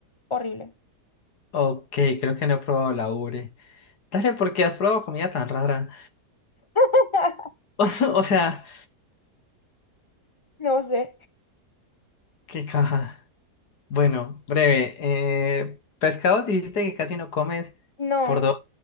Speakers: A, on the left (about 20°); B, on the left (about 75°).
A: horrible.
B: Ok, creo que no he probado la ubre. Dale, ¿por qué has probado comida tan rara?
A: <laughs>
B: <laughs> O sea,
A: No sé,
B: qué caja. Bueno, breve. Eh, pescados dijiste que casi no comes
A: no,
B: por dos.